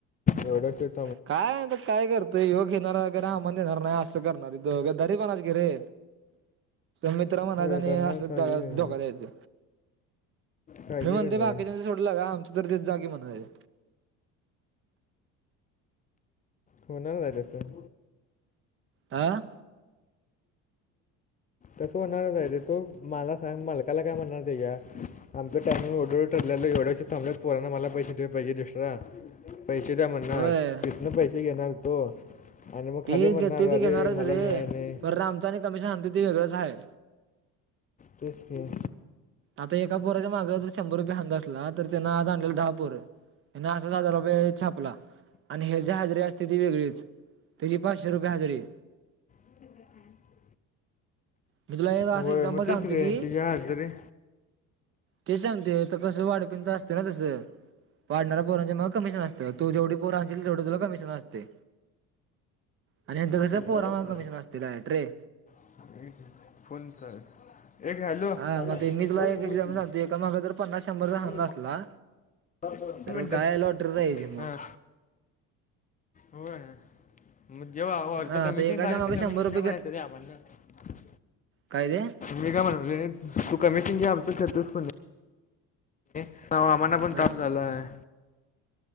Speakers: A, on the left (about 25°); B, on the right (about 40°).
A: एवढं श. <unintelligible>
B: काय माहित काय करतोय यो घेणार आम्हाला देणार नाही, असं करणार गद्दारी पणा कि रे. मित्र म्हणायचं
A: होय
B: आणि
A: करणार
B: असं
A: काळजी
B: दगा
A: घेणार
B: धोका द्यायचं.
A: काळजी
B: मी म्हणतोय
A: कसं
B: बाकीच्यांचा
A: आहे
B: सोडलं लगा आमचं तर देत जा की म्हणायलं.
A: होणार काय तसं.
B: हां.
A: तसं होणारच हाय रे, तू मला सांग मालकाला काय म्हणणार त्याच्या. आमचा टाइमिंग एवढं एवढं ठरलेलं, एवढ्या उशीर थांबलंत पोरांना आमाला पैसे दिले पाहिजेत एश्ट्रा.. पैसे द्या म्हणणार,
B: होय
A: तिथनं पैसे घेणार हूतो. आणि मग
B: ते
A: खाली
B: घेतोय
A: म्हणणार,
B: ते
A: अरे
B: घेणारच
A: मला
B: रे.
A: मिळाय नाही.
B: पर आमचं आणि कमीशन आनतोय ते वेगळंच हाय.
A: तेच की.
B: आता एका पोराच्या मागं जर शंभर रुपये हंग असला, तर त्यनं आज आणलेलं दहा पोरं. त्यन असच हजार रुपये छापला, आणि ह्यजी हजरी असत्या ती वेगळीच. त्यची पाचशे रुपये हजरी.
A: <unintelligible>
B: मी तुला एक असं
A: होय
B: एक्झाम्पल
A: मग
B: सांगतो
A: तेच रे
B: की
A: तिच्या हात रे
B: ते सांगते तर, कसं वाढप्यांच असतंना तसं, वाढणारा पोरांच्या मागं कमिशन असतं. तू जेवडी पोरं आनशील तेवडं तुला कमिशन असतय, आनी यांचं
A: फोन
B: कसं
A: घे,
B: पोरा
A: दादा
B: मागं
A: फोन
B: कमिशन अस डायरेक्ट रे
A: <unintelligible> फोन कर, एगे हॅलो,
B: हा
A: हॅलो
B: मग ते मी तुला
A: बोलकी
B: एक एक्झाम्पल
A: बोलकी
B: सांगतो एका मागं जर पन्नास शंभरचा
A: तु
B: धंदा असला
A: एक
B: तर
A: मिनीटं,
B: काय लॉटरी जायची मग
A: हां, होय. मग जेव्हा अर्ध
B: हा आता
A: कमिशन
B: एकाच्या
A: खातय
B: मागे
A: ते
B: शंभर
A: कमिशन
B: रुपये
A: दे म्हणायचं रे आमासनी.
B: कायते?
A: मी काय मनायलोय, तू कमिशन घे आमचं <unintelligible> हां, मग आम्हाना पण
B: ह
A: ताप झालाय.